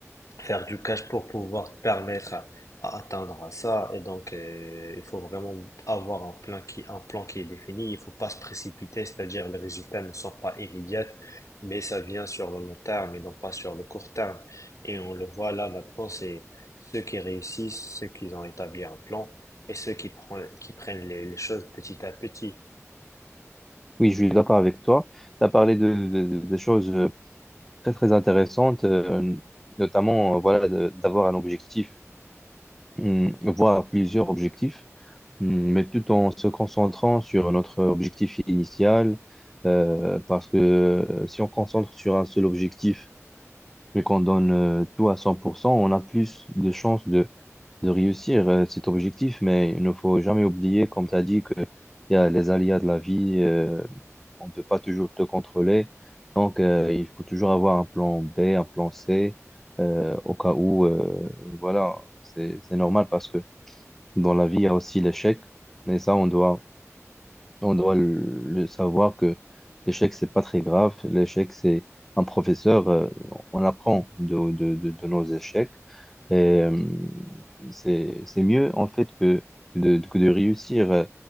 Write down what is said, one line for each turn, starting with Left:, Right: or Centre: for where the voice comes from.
Left: faire du cash pour pouvoir te permettre à, à atteindre ça. Et donc, euh, il faut vraiment avoir un plan qui, un plan qui est défini. Il faut pas se précipiter, c'est-à-dire les résultats ne sont pas immédiats, mais ça vient sur le long terme et non pas sur le court terme. Et on le voit là maintenant, c'est ceux qui réussissent, ceux qui ont établi un plan et ceux qui prennent, qui prennent les, les choses petit à petit.
Centre: Oui, je suis d'accord avec toi. Tu as parlé de, de- de- des choses euh, très, très intéressantes, euh, notamment, euh, voilà, de- d'avoir un objectif, hmm, voire plusieurs objectifs, hmm, mais tout en se concentrant sur notre objectif initial, euh, parce que euh, si on concentre sur un seul objectif, Vu qu'on donne euh, tout à cent pour cent on a plus de chances de, de réussir euh, cet objectif, mais il ne faut jamais oublier, comme tu as dit, qu'il y a les aléas de la vie, euh, on ne peut pas toujours te contrôler. Donc, euh, il faut toujours avoir un plan B, un plan C, euh, au cas où, euh, voilà, c'est, c'est normal parce que dans la vie, il y a aussi l'échec, et ça, on doit, on doit le, le savoir que l'échec, c'est pas très grave. L'échec, c'est un professeur, euh, on apprend de, de, de, de nos échecs. Et euh, c'est, c'est mieux, en fait, que de, que de réussir euh,